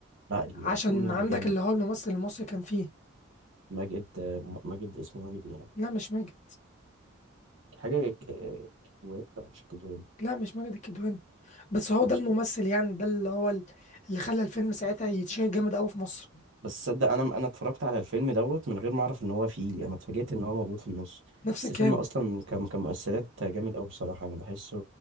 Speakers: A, on the right (about 65°); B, on the left (about 35°).
A: لا الفيلم
B: عشان عندك
A: جامد
B: اللي هو الممثل المصري كان فيه
A: ماجد آه، ماجد اسمه ماجد يعني
B: لا مش ماجد
A: حاجه ك- كدوان لا مش كدوان
B: لا مش ماجد الكدواني بس هو
A: أنا
B: ده
A: مش
B: الممثل يعني ده اللي هو ال- اللي خلى الفيلم ساعتها يتشهر جامد قوي في مصر
A: بس صدق انا انا اتفرجت على الفيلم دوت من غير ما اعرف ان هو فيه انا اتفاجئت ان هو موجود في النص
B: نفس
A: بس
B: الكلام
A: الفيلم اصلا كان كان مؤثرات جامد قوي بصراحه انا بحسه